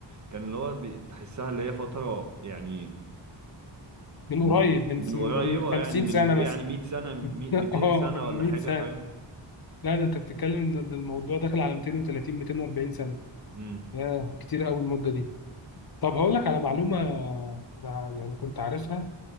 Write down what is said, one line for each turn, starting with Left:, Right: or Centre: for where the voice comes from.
Right: كان اللي هو بي- تحسها اللي هي فترة يعني
Left: من
Right: مم،
Left: قريب من
Right: من
Left: من
Right: قريبة
Left: من 50
Right: يعني من
Left: سنة
Right: ايه
Left: مثلا
Right: يعني 100 سنة مي-
Left: <laughs>
Right: 200
Left: اه
Right: سنة
Left: من
Right: ولا
Left: 100
Right: حاجة
Left: سنة
Right: فاهم
Left: لا ده أنت بتتكلم إن الموضوع داخل على 230 240 سنة
Right: امم
Left: ياه كتير قوي المدة دي طب هقول لك على معلومة أنا يعني كنت عارفها